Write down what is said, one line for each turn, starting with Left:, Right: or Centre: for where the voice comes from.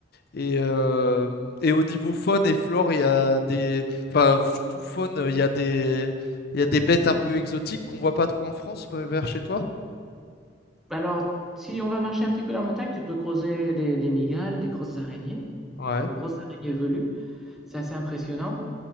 Left: Et, euh, et au niveau faune et flore, il y a des... Enfin, surtout faune, il y a des... il y a des bêtes un peu exotiques qu'on voit pas trop en France, euh, vers chez toi?
Centre: Alors, si on va marcher un petit peu la montagne, tu peux creuser des, des migales, des grosses araignées,
Left: Ouais,
Centre: des grosses araignées velues, c'est assez impressionnant.